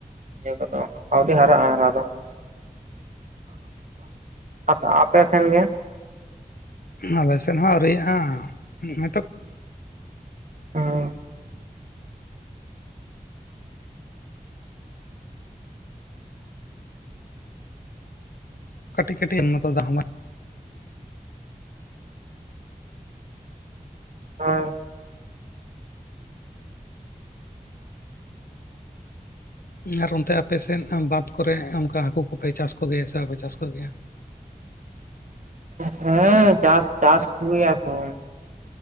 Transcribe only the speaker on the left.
ᱟᱞᱮ ᱥᱮᱫ ᱦᱚᱸ ᱟᱹᱣᱨᱤᱟᱜᱼᱟ, ᱱᱚᱜ ᱚᱭ ᱛᱚ,
ᱠᱟᱹᱴᱤᱡ ᱠᱟᱹᱴᱤᱡ <unintelligible>
ᱟᱨ ᱚᱱᱛᱮ ᱟᱯᱮᱥᱮᱫ ᱵᱟᱸᱫᱷ ᱠᱚᱨᱮ ᱚᱱᱠᱟ ᱦᱟᱹᱠᱩ ᱠᱚᱯᱮ ᱪᱟᱥ ᱠᱚᱜᱮᱭᱟ ᱥᱮ ᱵᱟᱯᱮ ᱪᱟᱥ ᱠᱚᱜᱮᱭᱟ?